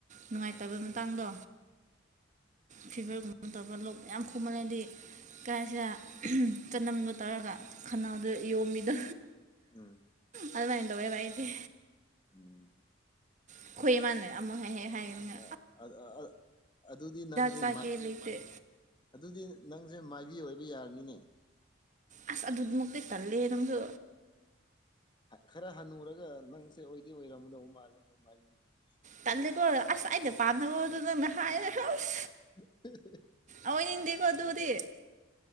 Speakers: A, on the right; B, on the left.
A: ꯅꯨꯡꯉꯥꯏꯇꯕ ꯃꯇꯥꯡꯗꯣ ꯐꯤꯚꯔꯒꯨꯝꯕ ꯇꯧꯕ ꯂꯣꯛ ꯌꯥꯝ ꯈꯨꯃꯟꯅꯗꯤ ꯀꯩ ꯍꯥꯏꯁꯤꯔ ꯆꯅꯝꯗꯣ ꯇꯧꯔꯒ ꯈꯅꯥꯎꯗ ꯌꯣꯝꯕꯤꯗꯣ
B: ꯎꯝ
A: ꯑꯗꯨꯃꯥꯏ ꯇꯧꯔꯦꯕ ꯍꯥꯏꯗꯤ
B: <unintelligible>
A: ꯑꯩꯈꯣꯏ ꯏꯃꯥꯅꯩ ꯑꯃꯨꯛ ꯍꯦꯛ ꯍꯦꯛ ꯍꯥꯏꯕꯅꯤꯅ
B: <unintelligible> ꯑꯗꯨꯗꯤ ꯅꯪꯁꯦ
A: ꯆꯥꯒꯦ
B: <unintelligible>
A: ꯂꯩꯇꯦ
B: ꯑꯗꯨꯗꯤ ꯅꯪꯁꯦ ꯃꯥꯏꯕꯤ ꯑꯣꯏꯕ ꯌꯥꯔꯅꯤꯅꯦ
A: ꯑꯁ ꯑꯗꯨꯃꯨꯛꯇꯤ ꯇꯜꯂꯦ ꯅꯪꯁꯨ
B: ꯈꯔ ꯍꯟꯅꯨꯔꯒ ꯅꯪꯁꯦ ꯑꯣꯏꯗꯤ ꯑꯣꯏꯔꯝꯗꯧꯕ ꯃꯥꯜꯂꯦ <unintelligible>
A: ꯇꯜꯂꯦꯀꯣ ꯑꯁ ꯑꯩꯩꯅ ꯄꯥꯝꯅꯕꯣꯗꯨ ꯅꯪꯅ ꯍꯥꯏꯔꯦ ꯑꯁ
B: <unintelligible>
A: ꯑꯣꯏꯅꯤꯡꯗꯦꯀꯣ ꯑꯗꯨꯗꯤ